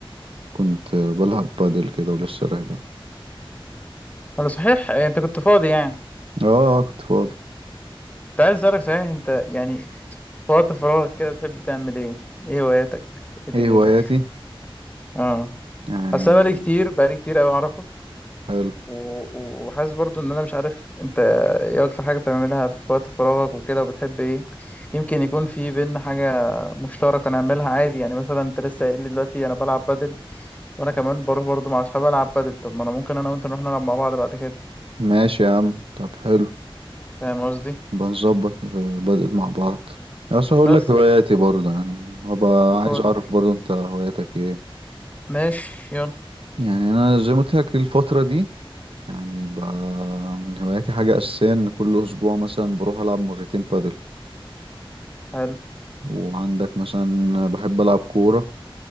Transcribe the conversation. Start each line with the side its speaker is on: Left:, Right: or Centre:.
Right: كنت بلعب بادل كده ولسه راجع
Left: انا صحيح إيه، انت كنت فاضي يعني
Right: اه كنت فاضي
Left: كنت عايز اسالك صحيح انت يعني في وقت فراغك كده بتحب تعمل ايه ايه هواياتك ايه
Right: ايه
Left: دنيتك
Right: هواياتي
Left: اه
Right: يعني
Left: اصل أنا بقالي كتير بقالي كتير قوي اعرفك
Right: حلو
Left: و... و- وحاسس برضو ان انا مش عارف انت ايه اكتر حاجه بتعملها في وقت فراغك وكده وبتحب ايه يمكن يكون في بينا حاجه مشتركه نعملها عادي يعني مثلا انت لسه قايل لي دلوقتي انا بلعب بادل وانا كمان بروح برضو مع اصحابي العب بادل طب ما انا ممكن انا وانت نروح نلعب مع بعض بعد كده
Right: ماشي يا عم طب حلو
Left: فاهم قصدي
Right: بنظبط بادل مع بعض بس هقول
Left: بس
Right: لك هواياتي
Left: ف-
Right: برضه يعني هبقى عايز
Left: قول
Right: اعرف برضه انت هواياتك ايه
Left: ماشي يلا
Right: يعني انا زي ما قلت لك الفترة دي يعني ب... من هواياتي حاجة أساسية إن كل أسبوع مثلا بروح ألعب مرتين بادل
Left: حلو
Right: وعندك مثلا بحب ألعب كورة